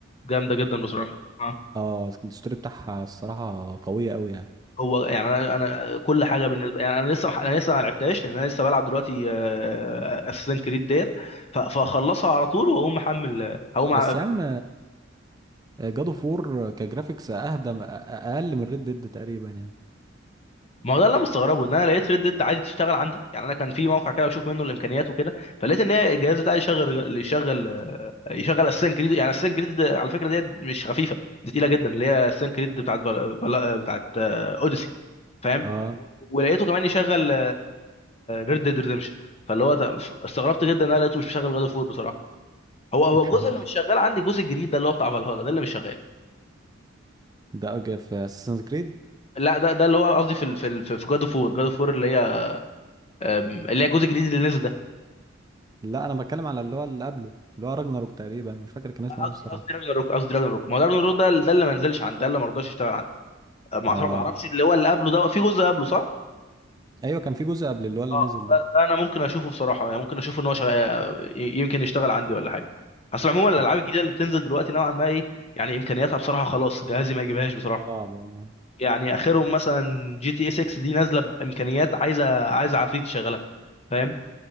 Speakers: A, on the left (about 30°); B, on the right (about 20°).
A: جامده جدا بصراحه اه
B: اه الستوري بتاعها الصراحة قوية قوي يعني
A: هو يعني انا انا كل حاجه بالنسبه يعني انا لسه انا لسه ما لعبتهاش لان انا لسه بلعب دلوقتي اساسن كريد ديت ف- فاخلصها على طول واقوم محمل هقوم أع-
B: بس يا عم جادو فور كجرافيكس اهدى اقل من ريد ديد تقريبا يعني
A: ما هو ده اللي أنا مستغربه ان انا لقيت ريد ديد عادي تشتغل عندي يعني انا كان في موقع كده بشوف منه الامكانيات وكده فلقيت ان هي الجهاز ده يشغل يشغل آه، يشغل اساسن كريد يعني اساسن كريد على فكره ديت مش خفيفه دي تقيله جدا اللي هي اساسن كريد بتاعت بل... بل... بتاعت آه، اوديسي فاهم
B: اه
A: و- ولقيته كمان يشغل ريد ديد ريدمشن فاللي هو ت- استغربت جدا ان انا لقيته مش مشغل جاد اوف وور بصراحه هو هو
B: مش
A: الجزء
B: عارف
A: اللي مش شغال عندي الجزء الجديد ده اللي هو بتاع فالهالا ده اللي مش شغال
B: ده أوكي في اساسن كريد
A: لا ده ده اللي هو قصدي في ال- في ال- في جاد اوف وور جاد اوف وور اللي هي آم، اللي هي الجزء الجديد اللي نزل ده
B: لا انا بتكلم على اللي هو اللي قبله اللي هو راجناروك تقريبا مش فاكر كان اسمه
A: قصدي
B: ايه الصراحه
A: قصدي راجناروك قصدي راجناروك ما هو راجناروك ده ده اللي ما نزلش عندي ده اللي ما رضاش يشتغل عندي ما
B: اه
A: أعرف- ما اعرفش اللي هو اللي قبله ده في جزء قبله صح؟
B: ايوه كان في جزء قبل اللي هو اللي
A: اه
B: نزل
A: ده,
B: ده
A: ده انا ممكن اشوفه بصراحه يعني ممكن اشوف ان هو شغ... آه، ي- يمكن يشتغل عندي ولا حاجه اصل عموما الالعاب
B: آه.
A: الجديده اللي بتنزل دلوقتي نوعا ما ايه يعني امكانياتها بصراحه خلاص جهازي ما يجيبهاش بصراحه
B: صعب والله
A: يعني اخرهم مثلا جي تي اي 6 دي نازله بامكانيات عايزه عايزه عفريت يشغلها فاهم